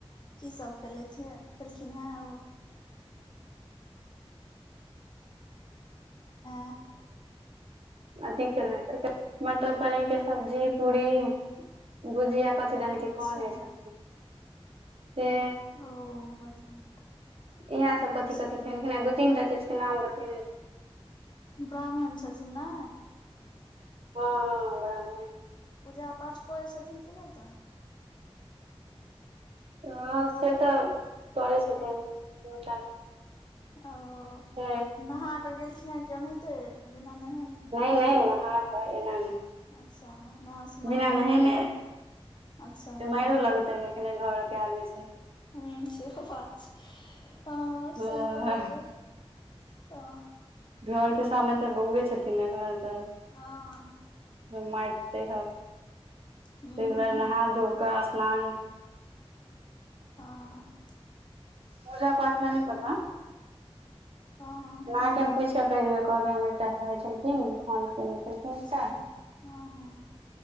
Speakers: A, on the left; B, on the right.
A: की सब खेलैथ खेलखिन है ओ। ऐ।
B: अधिक खैनाए खैइते मटर पनीरके सब्जी पूरी। भुजिया कथी दन के
A: अच्छा
B: कहने छलखिन से।
A: ओ बड नीक।
B: इहेसब
A: अच्छा
B: कथी-कथि खेलखिन है। दू तीन टा चीजके नाम बतेने छलखिन।
A: ब्राह्मण छथिन नै।
B: हँ हँ ब्राह्मणे।
A: पूजा-पाठ करै छथिन कि नहि तऽ।
B: हँ से तऽ करै छथिन दुनू टाइम।
A: ओ।
B: <unintelligible>
A: नहा कऽ गेलखिन है कि ओनाहिते बिना नहेनहै।
B: नहि नहि नहाके एना नय।
A: अच्छा नहा सुना
B: बिना
A: कऽ
B: नहेने
A: पूजा पाठ अच्छा
B: मायरो लगतैन एखने घरके आदमी स।
A: ह सेहो बात छै ह
B: हँ
A: सही कहलियै। ह।
B: घरके सामने तऽ बौउवै छथिन ने एखन तऽ।
A: हँ।
B: माइर किये खेब
A: हूँ
B: तैय दुआरे
A: हूँ
B: नहा धो कऽ स्नान
A: हँ
B: पूजा-पाठ में नहि पता
A: ह हँ
B: अहाँके हम पूछिकेऽ कहि देबै कहबै हम एकटा कहै छलखिन फोन केने छलखिन
A: अच्छा
B: एकटाऽ।
A: हँ हँ